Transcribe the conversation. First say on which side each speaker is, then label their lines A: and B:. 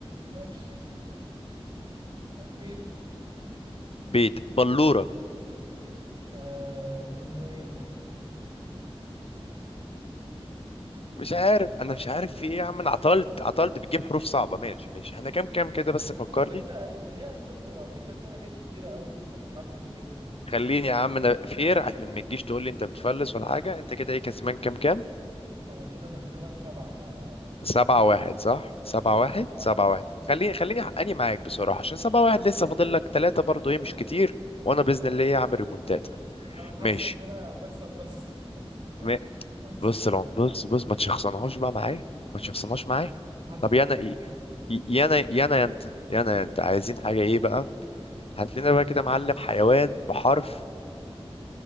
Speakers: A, on the right (about 45°); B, on the left (about 65°).
A: ماشي بيت
B: بيت بلوره
A: آه بندقية
B: مش عارف انا مش عارف في ايه يا عم انا عطلت عطلت بتجيب حروف صعبه ماشي ماشي احنا كام كام كده بس فكرني
A: على فكرة ليها تلت على فكرة في حاجات كتيرة قوي في في حرف ال ب يعني
B: خليني يا عم انا فير عشان ما تجيش تقول لي انت بتفلس ولا حاجه انت كده ايه كسبان كام كام
A: أنا كده تقريبا سبعة ولا ستة
B: سبعة واحد صح سبعة
A: مش عارف
B: واحد
A: سبعة
B: سبعة
A: ممكن
B: واحد
A: سبعة
B: خليني خليني حقاني معاك بصراحة عشان سبعة واحد لسه فاضل لك تلاتة برضو ايه مش كتير وانا بإذن الله ايه عامل ريمونتات
A: أنا حاسس
B: ماشي
A: إن أنا بكسب بس
B: ما-
A: <laughs> بس
B: بص العم- بص بص ما تشخصنهاش بقى معايا ما تشخصنهاش معايا
A: هات
B: طب
A: حاجة
B: يا انا
A: صعبة
B: ايه؟ ي- يانا يانا انت يانا
A: يلا
B: انت عايزين حاجة ايه بقى هات لنا بقى كده معلم حيوان بحرف